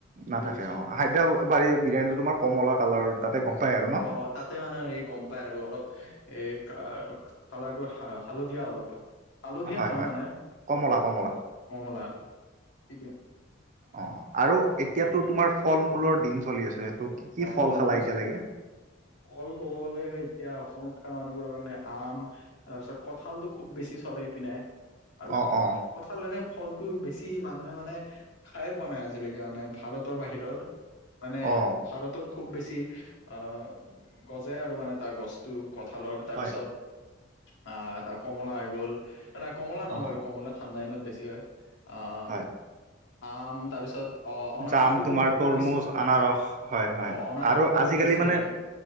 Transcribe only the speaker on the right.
নাথাকে
অ' হায়দৰাবাৰী বিৰিয়ানীটো তোমাৰ কমলা কালাৰ তাতে গম পাই আৰু ন
হয়
হয়
কমলা
কমলা
অঁ আৰু এতিয়াতো তোমাৰ ফল মূলৰ দিন চলি আছে। ত' কি কি
খালা
এতিয়ালৈকে
অ
অ
অ
হয়
অ
হয়
জাম
তোমাৰ
তৰমুজ
আনাৰস হয় হয়
আৰু
আজিকালি
মানে